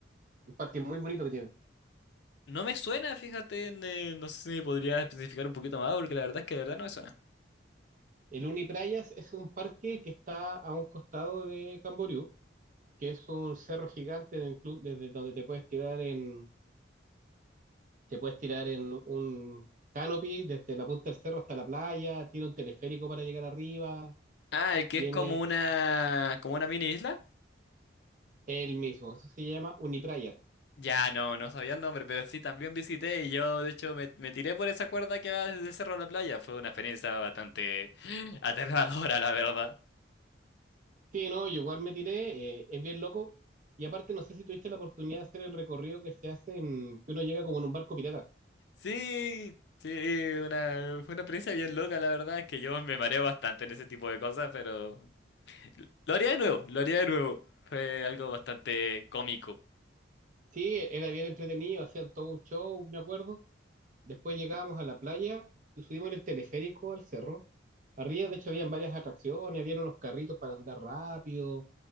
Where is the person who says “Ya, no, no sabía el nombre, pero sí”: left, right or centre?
Left